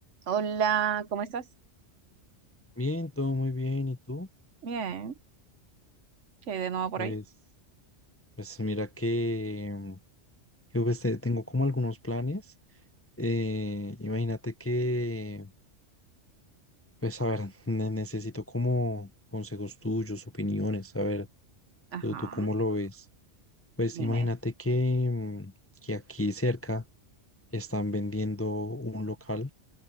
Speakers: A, on the right; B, on the left.
A: Hola, ¿cómo estás?
B: Bien, todo muy bien. ¿Y tú?
A: Bien, ¿qué hay de nuevo por
B: Pues,
A: ahí?
B: pues mira que, mm, que, pues, te- tengo como algunos planes. Eh, imagínate que, pues a ver, <laughs> ne- necesito como consejos tuyos, opiniones, a ver,
A: Ajá,
B: tú, tú cómo lo ves. Pues
A: dime.
B: imagínate que, mm, que aquí cerca están vendiendo un local